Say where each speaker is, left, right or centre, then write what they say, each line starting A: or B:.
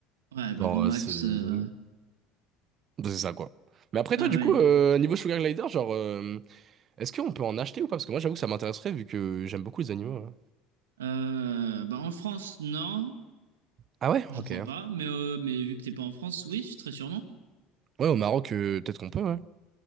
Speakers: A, on the right (about 85°); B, on the right (about 45°).
A: Ouais, bah,
B: Genre,
A: Grand
B: euh,
A: Max.
B: c'est. bah,
A: euh,
B: c'est ça quoi. Mais après,
A: Ah
B: toi, du
A: bah oui.
B: coup, euh, niveau Sugar Glider, genre, euh, est-ce qu'on peut en acheter ou pas? Parce que moi, j'avoue que ça m'intéresserait vu que j'aime beaucoup les animaux. ouais.
A: Euh, bah en France, non,
B: Ah ouais?
A: je
B: Ok.
A: crois pas. Mais, euh, mais vu que t'es pas en France, oui, très sûrement.
B: Ouais, au Maroc, euh, peut-être qu'on peut, ouais.